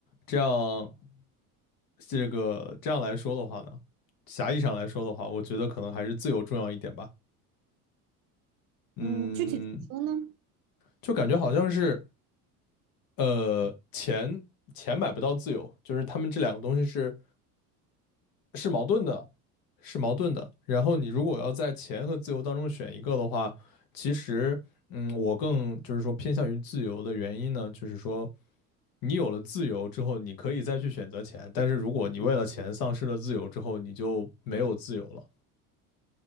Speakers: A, on the left (about 50°); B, on the right (about 45°).
A: 这样，这个这样来说的话呢，狭义上来说的话，我觉得可能还是自由重要一点吧。嗯，
B: 嗯，具体怎么说呢？
A: 就感觉好像是，呃，钱钱买不到自由，就是他们这两个东西是是矛盾的，是矛盾的。然后你如果要在钱和自由当中选一个的话，其实，嗯，我更就是说偏向于自由的原因呢，就是说。你有了自由之后，你可以再去选择钱，但是如果你为了钱丧失了自由之后，你就没有自由了。